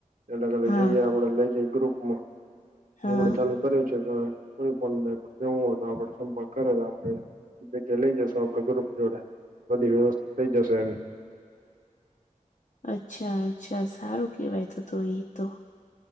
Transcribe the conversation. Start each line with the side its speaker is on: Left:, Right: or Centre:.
Right: અલગ અલગ
Left: હા
Right: જગ્યાએ, પડે લઈ જઈ ગ્રુપમાં.
Left: હા
Right: એમને ચાલુ - -કર્યું છે. કોઈ પણ ને જવું હોતો, આપડો સંપર્ક કરે તો આપડે- -જગ્યા લઈ જશુ આપડે, ગ્રુપ જોડે, બધી વ્યવસ્થા થઇ જશે. એની-
Left: અચ્છા, અચ્છા, સારું કેવાય તો, તો ઈ તો.